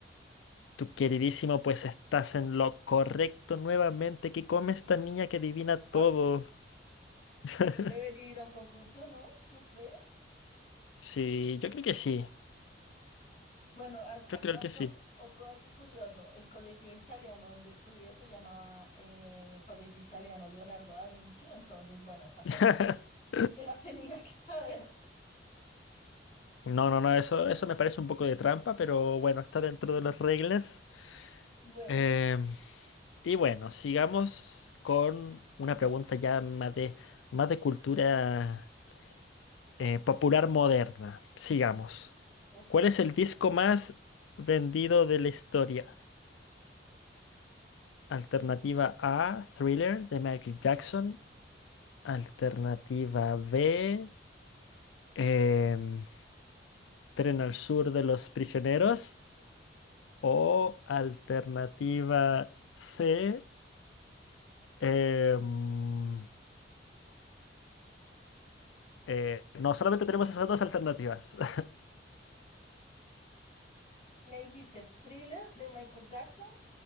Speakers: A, on the left (about 85°); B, on the left (about 30°).
A: Tu queridísimo, pues estás en lo correcto nuevamente. ¿Qué come esta niña que adivina todo?
B: Ah,
A: <laughs>
B: Debería ir a un concurso, ¿no? ¿No crees?
A: Sí, yo creo que sí.
B: Bueno, a- acá
A: Yo creo
B: otro,
A: que sí.
B: otro dato curioso. El colegio italiano donde estudié se llamaba eh, Colegio Italiano Leonardo da Vinci. Entonces, bueno, está también
A: <laughs>
B: <laughs> me la tenía que saber.
A: No, no, no, eso, eso me parece un poco de trampa, pero bueno, está dentro de las reglas.
B: Bueno,
A: Em, y bueno, sigamos con una pregunta ya más de, más de cultura eh, popular moderna. Sigamos.
B: ok.
A: ¿Cuál es el disco más vendido de la historia? Alternativa A, Thriller de Michael Jackson. Alternativa B, em, Tren al Sur de los Prisioneros. O alternativa C, em, eh, no solamente tenemos esas dos alternativas. <laughs>
B: Me dijiste Thriller de Michael Jackson.